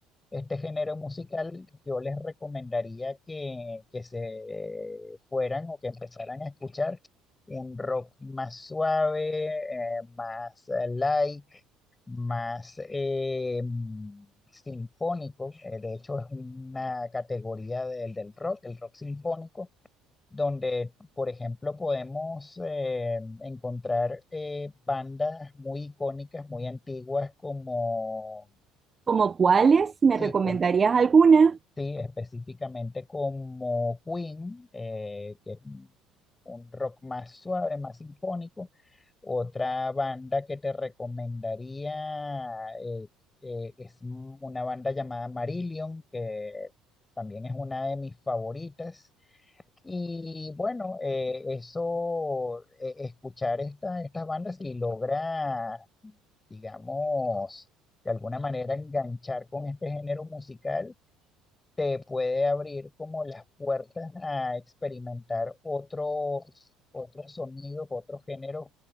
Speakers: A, on the left (about 20°); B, on the right (about 25°).
A: este género musical, yo les recomendaría que, que se fueran o que empezaran a escuchar un rock más suave, eh, más eh, light, más eh, sinfónico. Eh, de hecho, es una categoría del, del rock, el rock sinfónico, donde, por ejemplo, podemos eh, encontrar eh, bandas muy icónicas, muy antiguas, como...
B: ¿Como cuáles? ¿Me
A: Sí,
B: recomendarías alguna?
A: Sí, específicamente como Queen, eh, que es un un rock más suave, más sinfónico. Otra banda que te recomendaría eh, eh, es m- una banda llamada Marillion, que también es una de mis favoritas. Y bueno, eh, eso, eh, escuchar esta, estas bandas y logra, digamos, de alguna manera enganchar con este género musical te puede abrir como las puertas a experimentar otros, otros sonidos, otros géneros